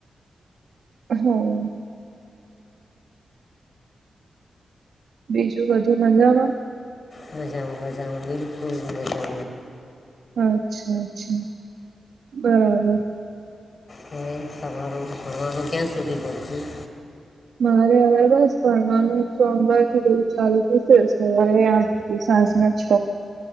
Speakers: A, on the right; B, on the left.
A: હમમ. બીજું બધું મજામાં.
B: હમમ હમમ મજામાં બો બિલકુલ મજા.
A: અચ્છા અચ્છા બરાબર.
B: હા હવારે <unintelligible> તમે ક્યાં સુધી વાચ્યું?
A: મારે હવે બસ ભણવાનું સોમવાર થી બધું ચાલુ થશે સવારે આઠથી. સાંજ ના છ.